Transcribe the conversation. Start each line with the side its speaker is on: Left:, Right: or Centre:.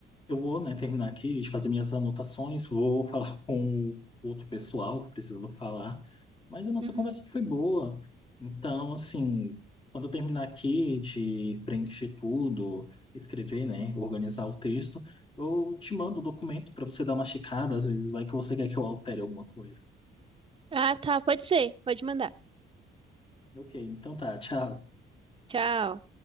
Left: eu vou, né, terminar aqui de fazer minhas anotações, vou falar <laughs> com o outro pessoal que precisou falar, mas a nossa
Right: Uhum.
Left: conversa foi boa. Então, assim, quando eu terminar aqui de preencher tudo, escrever, né, organizar o texto, eu te mando o documento para você dar uma checada, às vezes vai que você quer que eu altere alguma coisa.
Right: Ah, tá, pode ser, pode mandar.
Left: Ok, então tá, tchau.
Right: Tchau.